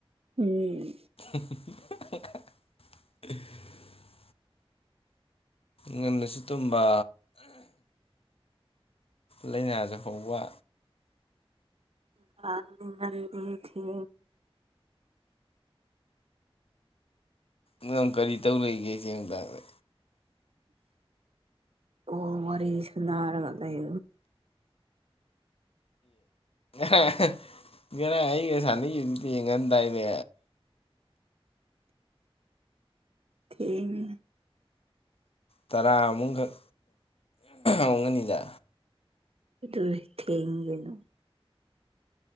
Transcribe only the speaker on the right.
ꯎꯝ
ꯉ ꯊ
ꯀꯣ ꯋꯥꯔꯤꯔꯤ ꯁꯅꯔꯒ ꯂꯩ
ꯊꯦꯡ
ꯊꯒꯩꯅꯣ